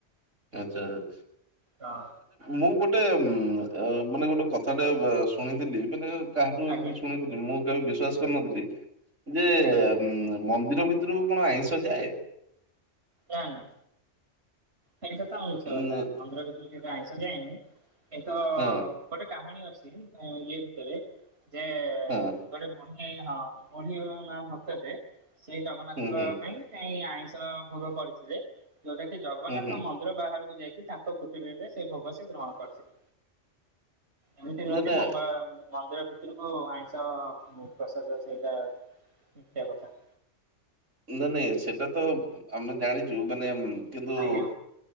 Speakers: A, on the right; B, on the right.
A: ଆଚ୍ଛା ଆଚ୍ଛା।
B: ହଁ।
A: ମୁଁ ଗୋଟେ ଉଁ ମାନେ ଗୋଟେ କଥାଟେ ଶୁଣିଥିଲି ମାନେ କାହାଠୁ ଏମିତି
B: ଆଜ୍ଞା
A: ଶୁଣି ମୁଁ କେବେ ବିଶ୍ବାସ କରିନଥିଲି ଯେ
B: ଆଜ୍ଞା
A: ଉଁ ମନ୍ଦିର ଭିତରକୁ କଣ ଆଇଁଷ ଯାଏ?
B: ନା ନା। ସେଇଟା ତ ମିଛ
A: ଉଁ
B: କଥା ମନ୍ଦିର ଭିତରକୁ କେବେ ଆଇଁଷ ଯାଏନି କିନ୍ତୁ
A: ହୁଁ।
B: ଗୋଟେ କାହାଣୀ ଅଛି ଇଏ ଭିତରେ ଯେ
A: ହଁ
B: ଗୋଟେ ବୁଢ଼ୀ ହଁ ବୁଢ଼ୀ ମା ଭକ୍ତ ଟେ ସେଇ ଜଗନ୍ନାଥଙ୍କ
A: ହୁଁ ହୁଁ
B: ପାଇଁ <unintelligible> ଆଇଁଷ ଭୋଗ କରିଥିଲେ ଯୋଉଟା କି ଜଗନ୍ନାଥ
A: ହୁଁ ହୁଁ
B: ମନ୍ଦିର ବାହାରକୁ ଯାଇକି ତାଙ୍କ କୁଟୀର ରେ ସେ ଭୋଗ ସେ ଗ୍ରହଣ କରିଥିଲେ। ଏମିତି ନୁହନ୍ତି
A: ନା ନା
B: ମଙ୍ଗ ମନ୍ଦିର ଭିତର କୁ ଆଇଁଷ ପ୍ରସାଦ ସେଇଟା <unintelligible> କଥା।
A: ନା ନାଇଁ ସେଟା ତ ଆମେ ଜାଣିଛୁ ମାନେ କିନ୍ତୁ
B: ଆଜ୍ଞା।